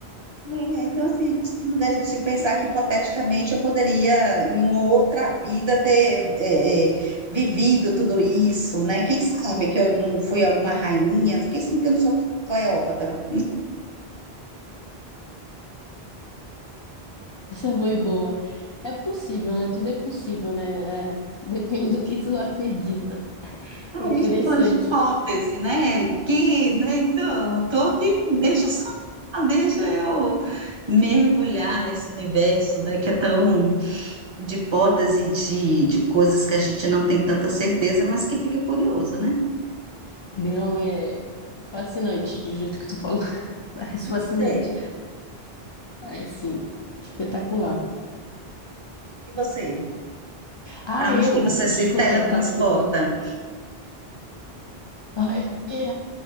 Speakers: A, on the right; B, on the left.
A: É, então, assim, eu gosto, ao invés de se pensar que hipoteticamente eu poderia, em uma outra vida, ter é, é, vivido tudo isso, né? Quem sabe que eu não fui alguma rainha? Quem sabe que eu não sou Cleópatra?
B: Essa foi boa. É possível, né? Tudo é possível, né? É, depende do que tu acredita.
A: A
B: É interessante.
A: gente está falando de hipótese, né? Que, né? Então, eu tô aqui, deixa eu sonhar, deixa eu mergulhar nesse universo, né? Que é tão de hipótese de, de coisas que a gente não tem tanta certeza, mas que fica curioso, né?
B: Não, é fascinante, do jeito que tu falou. <laughs> Parece
A: Você,
B: fascinante. Parece espetacular.
A: e você?
B: Ah,
A: Para onde
B: eu,
A: que você se
B: desculpa,
A: teletransporta?
B: não estava escutando. Ai, é.